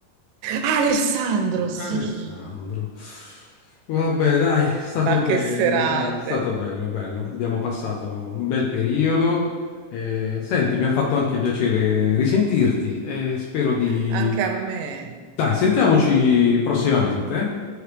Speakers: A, on the right; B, on the left.
A: Ah, Alessandro, sì.
B: Alessandro. Vabbè, dai, è stato
A: Ma
B: bello,
A: che serate.
B: dai, è stato bello, bello. Abbiamo passato un bel periodo. Eh, senti, mi ha fatto anche piacere risentirti e spero di...
A: Anche a me,
B: Dai, sentiamoci prossimamente. eh?